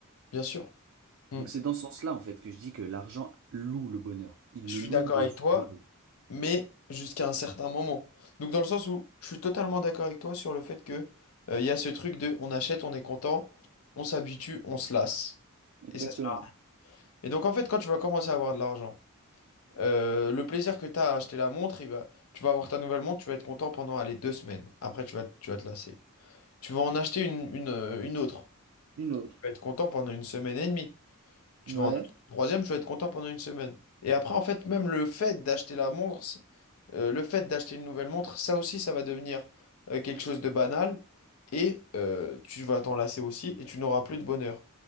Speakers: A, on the left; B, on the right.
A: bien sûr. Hmm.
B: Donc c'est dans ce sens-là, en fait, que je dis que l'argent loue le bonheur. Il
A: Je
B: le
A: suis
B: loue
A: d'accord
B: dans
A: avec
B: une
A: toi,
B: durée.
A: mais jusqu'à un certain moment. Donc dans le sens où je suis totalement d'accord avec toi sur le fait que euh, il y a ce truc de on achète, on est content, on s'habitue, on se lasse.
B: Exactement.
A: Et ça sert à rien. Et donc, en fait, quand tu vas commencer à avoir de l'argent, euh, le plaisir que tu as à acheter la montre, il va... tu vas avoir ta nouvelle montre, tu vas être content pendant, les deux semaines. Après, tu vas, tu vas te lasser. Tu vas en acheter une, une, euh, une autre.
B: Une
A: Tu
B: autre.
A: vas être content pendant une semaine et demie. Tu
B: Ouais.
A: vas en acheter une troisième, tu vas être content pendant une semaine. Et après, en fait, même le fait d'acheter la montre, c- euh, le fait d'acheter une nouvelle montre, ça aussi, ça va devenir euh, quelque chose de banal. Et euh, tu vas t'en lasser aussi et tu n'auras plus de bonheur.